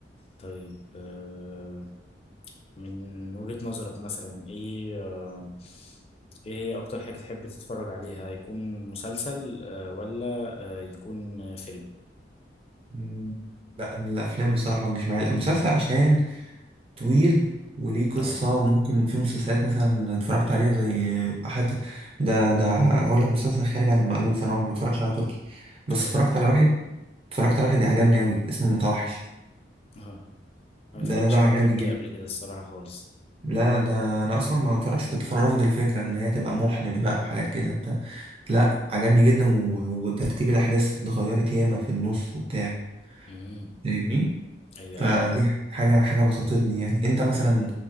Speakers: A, on the left; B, on the right.
A: طيب آه، من وجهة نظرك مثلا ايه آه، ايه هي اكتر حاجة تحب تتفرج عليها يكون مسلسل آه، ولا آه، يكون فيلم
B: م، لا الافلام بصراحه ما بتجيش معايا المسلسل عشان طويل وليه قصة
A: اه
B: وممكن في مسلسلات مثلا اتفرجت عليها زي حتى ده ده هقول لك مسلسل خارج عن المألوف أنا ما بتفرجش على تركي بس
A: اه
B: اتفرجت
A: بتفرج
B: على واحد اتفرجت على واحد عجبني أوي اسمه المتوحش
A: اه ما اتفرجتش
B: ده ده عجبني
A: على بحب تركي
B: جدا
A: قبل الفيلم كده الصراحة خالص
B: لا ده أنا أصلا ما بتفرجش كنت فر- رافض الفكرة إن هي تبقى محن بقى وحاجات كده وبتاع لا عجبني جدا و- وترتيب الأحداث اتغيرت ياما في النص وبتاع
A: امم
B: فاهمني
A: ايوه
B: فدي
A: ايوه
B: حاجة حاجة بسطتني يعني أنت مثلا